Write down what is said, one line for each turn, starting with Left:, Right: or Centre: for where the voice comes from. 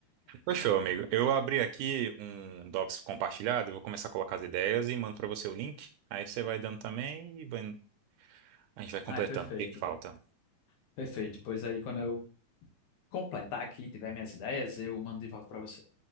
Right: Fechou, amigo. Eu abri aqui um docs compartilhado, eu vou começar a colocar as ideias e mando pra você o link. Aí você vai dando também e vai- a gente vai completando.
Left: Ah, é perfeito,
Right: O que que falta?
Left: perfeito. Pois aí, quando eu completar aqui, tiver minhas ideias, eu mando de volta para você.